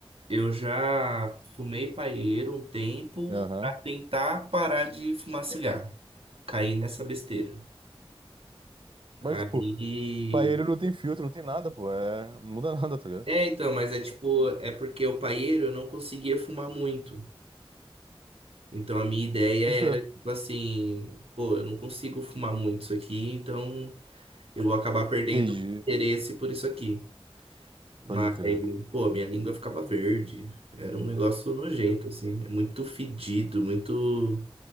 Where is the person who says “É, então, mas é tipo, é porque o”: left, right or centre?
Right